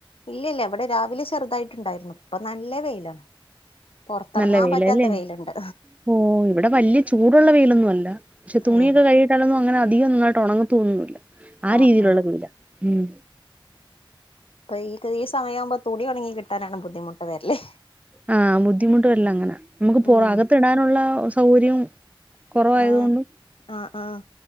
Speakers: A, on the left; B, on the right.
A: ഇല്ലില്ല ഇവിടെ രാവിലെ ചെറുതായിട്ടുണ്ടായിരുന്നു ഇപ്പൊ നല്ല വെയിലാണ് പൊറത്തെറങ്ങാൻ
B: നല്ല വെയിലല്ലേ
A: പറ്റാത്ത വെയിലൊണ്ട്
B: ഓഹ് ഇവിടെ വല്യ ചൂടുള്ള വെയിലൊന്നും അല്ല പക്ഷെ തുണിയൊക്കെ
A: ഏ
B: കഴ്കിട്ട് ലൊന്നും അങ്ങനെ അധികം നന്നായിട്ട് ഒണങ്ങത്തൊന്നുല്ല ആ
A: ആഹ്
B: രീതിയിലുള്ള
A: ആഹ്
B: വെയിലാ ഉം
A: അപ്പ ഈ ഈ സമയയാവുമ്പോ തുണിഒണങ്ങികിട്ടാനാണ് ബദ്ധിമുട്ട് വെരല്.
B: ആഹ് ബുദ്ധിമുട്ട് വെര്ല് അങ്ങനാ അമ്മക്ക് പൊ
A: ഉം
B: അകത്തിടാനൊള്ള സൗകര്യവും കൊറവായത്
A: ആഹ്
B: കൊണ്ടും
A: ആഹ് ആഹ്